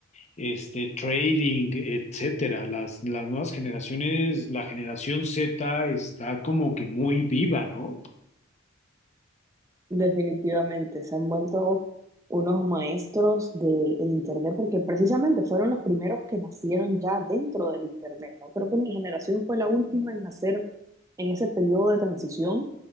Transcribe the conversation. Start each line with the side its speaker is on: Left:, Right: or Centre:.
Left: este, trading, etcétera. Las, las nuevas generaciones, la generación Z está como que muy viva, ¿no?
Right: Definitivamente, se han vuelto unos maestros del Internet porque precisamente fueron los primeros que nacieron ya dentro del Internet, ¿no? Creo que mi generación fue la última en nacer en ese periodo de transición